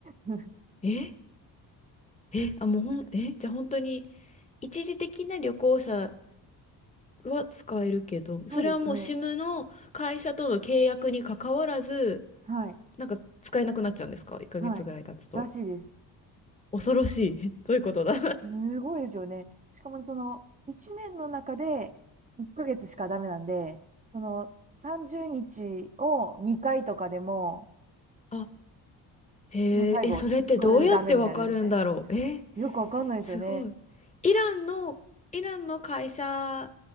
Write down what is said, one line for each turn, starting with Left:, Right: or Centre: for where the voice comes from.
Right: <laughs>
Left: ええ、あ、もうほん、え、じゃあ本当に、一時的な旅行者は使えるけど、
Right: そうですね。
Left: それはもう SIM の会社との契約に関わらず、
Right: はい。
Left: なんか使えなくなっちゃうんですか ?1 ヶ月ぐらい経つと。
Right: はい。らしいです。
Left: 恐ろしい。<laughs> えどういうことだ
Right: すごいですよね。しかもその、1年の中で1ヶ月しかダメなんで、その、30日を2回とかでも、
Left: <laughs> へえ、
Right: もう最後、
Left: え、それってどうやってわかるんだろう。
Right: これでダメになるみたいな。
Left: え、
Right: よくわかんないですよね。
Left: すごい。イランの、イランの会社、